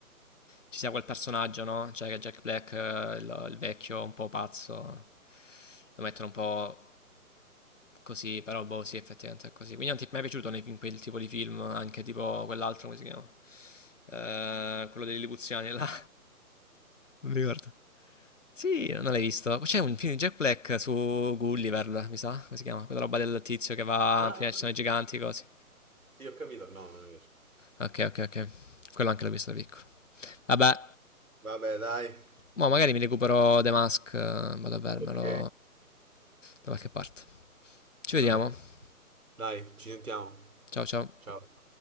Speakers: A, on the left; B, on the right.
A: ci sia quel personaggio, no? Cioè che Jack Black, eh, il, il vecchio un po' pazzo, lo mettono un po' Così, però boh, sì, effettivamente è così. Quindi non ti è mai piaciuto nei film- quel tipo di film, anche tipo quell'altro, come si chiama? Eh, quello dei Lipuziani là. Non mi ricordo. Sì, non l'hai visto. C'è un film di Jack Black su Gulliver, mi sa, come si chiama? Quella roba del tizio che va,
B: Ah,
A: prima ci sono i giganti, così.
B: Sì, ho capito, no, non mi piace.
A: Ok, ok, ok. Quello anche l'ho visto da piccolo. Vabbè,
B: Vabbè, dai.
A: mo magari mi recupero The Mask, eh, vado a vermelo
B: Ok.
A: da qualche parte. Ci vediamo.
B: Va bene. Dai, ci sentiamo.
A: Ciao, ciao.
B: Ciao.